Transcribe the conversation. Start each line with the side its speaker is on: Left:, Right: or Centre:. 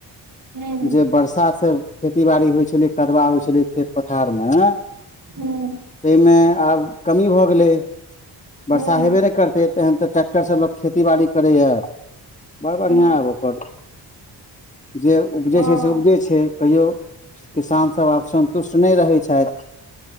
Right: हूँ
Left: जे वर्षा से खेती बाड़ी होइ छलै कदवा होइ छलै खेत पथार मे ताहिमे
Right: हूँ
Left: आब कमी भऽ गेलै
Right: हूँ
Left: वर्षा हेबे नहि करतै तहन तऽ ट्रैक्टरसँ लोक खेतीबाड़ी करैए बड़ बढ़िआँ
Right: हूँ,
Left: आब ओकर जे उपजै
Right: हँ
Left: छै से उपजै छै कहियो किसान सब आब सन्तुष्ट नहि रहै छथि